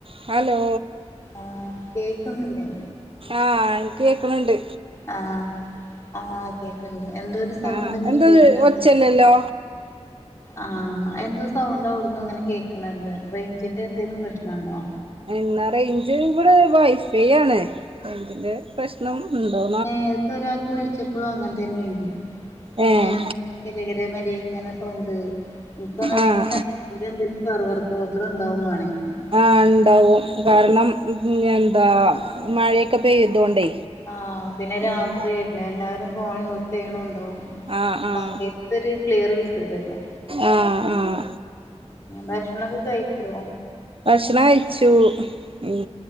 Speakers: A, on the right; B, on the left.
A: Hello
B: ആഹ് കേക്കുന്നില്ലേ?
A: ആഹ് എനിക്ക് കേക്കണുണ്ട്.
B: ആഹ് ആഹ് കേക്കണ്ട് എന്തോരു സൗണ്ട്
A: ആഹ്
B: ഇങ്ങനെ
A: എന്തത്
B: കേൾക്കാത്തെ
A: ഒച്ചല്ലല്ലോ
B: ആഹ് എന്തോ സൗണ്ട് അവിടുന്നു ഇങ്ങനെ കേൾക്കണണ്ട് റേഞ്ചിന്റെ എന്തേലും പ്രശ്നാണോ
A: എന്നാ റേഞ്ച് ഇവിടെ വൈഫൈ ആണ് അയിന്റെ പ്രശ്നം ഇണ്ടോ?
B: ഏഹ്ഇപ്പൊ ഒരാൾക്ക് വിളിച്ചപ്പോളും അങ്ങനെ തന്നെ ആയിരുന്നു ഇങ്ങനെ
A: ഏഹ്
B: കിര കിര മാരി ഇങ്ങനെ സൗണ്ട് <unintelligible>
A: ആഹ്
B: സെർവർ പ്രോബ്ലം ഉണ്ടാവുവാണെങ്കിൽ
A: ആഹ് ഉണ്ടാവും കാരണം എന്താ മഴയൊക്കെ പെയ്തോണ്ടേ
B: ആഹ് പിന്നെ രാത്രിയല്ലേ
A: ഉം
B: എല്ലാരും ഫോൺ യൂസ് ചെയ്യണുവുണ്ടാവും
A: ആഹ് ആഹ്
B: മഴയത്ത് ഒരു ക്ലിയർ കിട്ടൂല്ലല്ലോ
A: ആഹ് ആഹ്
B: ഭക്ഷണൊക്കെ കഴിച്ചോ
A: ആഹ് ഭക്ഷണം കഴിച്ചു ഉം